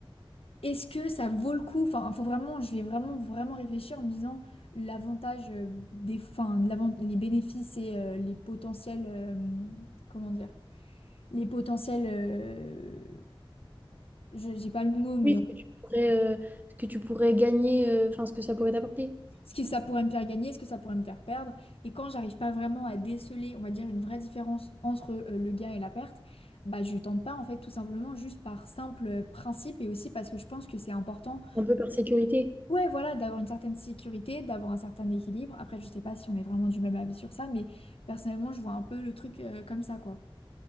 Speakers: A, on the left; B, on the right.
A: est-ce que ça vaut le coup? Enfin, faut vraiment, je vais vraiment, vraiment réfléchir en me disant l'avantage euh, des, enfin, l'avant- les bénéfices et euh, les potentiels, euh, comment dire, les potentiels, euh, je, j'ai pas le mot, mais
B: Oui, ce
A: on...
B: que tu pourrais, euh, ce que tu pourrais gagner, euh, enfin, ce que ça pourrait t'apporter,
A: ce que ça pourrait me faire gagner, ce que ça pourrait me faire perdre. Et quand j'arrive pas vraiment à déceler, on va dire, une vraie différence entre euh, le gain et la perte, bah je tente pas en fait tout simplement juste par simple euh, principe et aussi parce que je pense que c'est important
B: un peu par sécurité.
A: Ouais, voilà, d'avoir une certaine sécurité, d'avoir un certain équilibre. Après, je sais pas si on est vraiment du même avis sur ça, mais personnellement, je vois un peu le truc euh, comme ça, quoi.